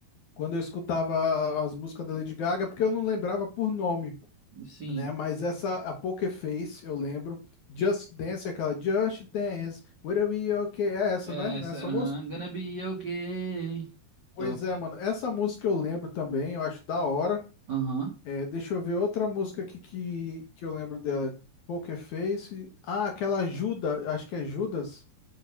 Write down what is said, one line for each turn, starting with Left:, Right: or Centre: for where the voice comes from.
Left: quando eu escutava as músicas da Lady Gaga, é porque eu não lembrava por nome,
Right: Sim.
Left: né? Mas essa, a Poker Face, eu lembro. Just Dance, aquela Just Dance, Will Be Okay. É essa,
Right: Essa,
Left: né? Nessa
Right: aham.
Left: música?
Right: Gonna be okay.
Left: Pois
Right: Top.
Left: é, mano. Essa música eu lembro também, eu acho da hora.
Right: Aham.
Left: É, deixa eu ver outra música aqui que, que eu lembro dela. Poker Face. Ah, aquela Judas, acho que é Judas.